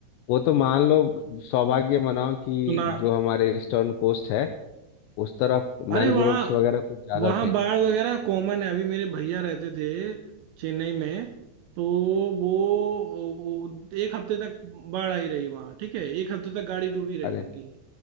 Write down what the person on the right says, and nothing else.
सुना
अरे
वहाँ
वहाँ
बाढ़ वगैरह कॉमन है अभी मेरे भैया रहते थे चेन्नई में तो वो, वो एक हफ्ते तक बाढ़ आई रही वहाँ ठीक है एक हफ्ते तक गाड़ी डूबी रही
उनकी